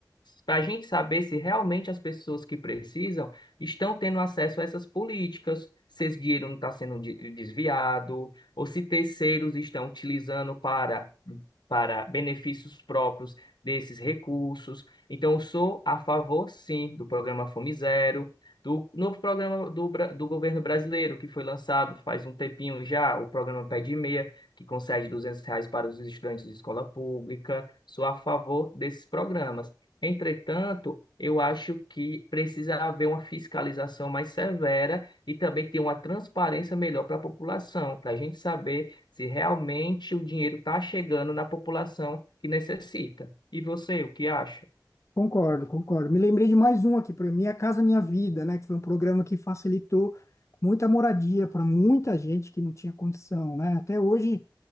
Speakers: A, on the left; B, on the left.
A: Para a gente saber se realmente as pessoas que precisam estão tendo acesso a essas políticas, se esse dinheiro não está sendo de- desviado, ou se terceiros estão utilizando para, para benefícios próprios desses recursos. Então, eu sou a favor, sim, do programa Fome Zero, do novo programa do, Bra- do governo brasileiro, que foi lançado faz um tempinho já, o programa Pé de Meia, que concede 200 reais para os estudantes de escola pública. Sou a favor desses programas. Entretanto, eu acho que precisa haver uma fiscalização mais severa e também ter uma transparência melhor para a população, para a gente saber se realmente o dinheiro está chegando na população que necessita. E você, o que acha?
B: Concordo, concordo. Me lembrei de mais um aqui para Minha Casa Minha Vida, né? Que foi um programa que facilitou muita moradia para muita gente que não tinha condição, né? Até hoje